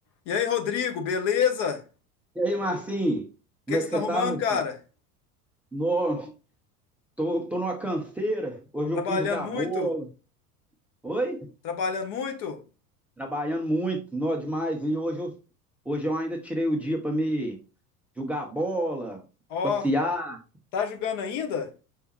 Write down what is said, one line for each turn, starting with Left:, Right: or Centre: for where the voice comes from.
Left: E aí, Rodrigo, beleza?
Centre: E aí, Marcinho,
Left: O
Centre: como
Left: que
Centre: é
Left: que
Centre: que
Left: você
Centre: você
Left: tá arrumando,
Centre: tá, meu
Left: cara?
Centre: filho? Nossa, tô, tô numa canseira. Hoje
Left: Trabalhando
Centre: eu fui jogar
Left: muito?
Centre: bola. Oi?
Left: Trabalhando muito?
Centre: Trabalhando muito, nó demais. E hoje eu, hoje eu ainda tirei o dia pra me jogar bola,
Left: Ó,
Centre: passear.
Left: tá jogando ainda?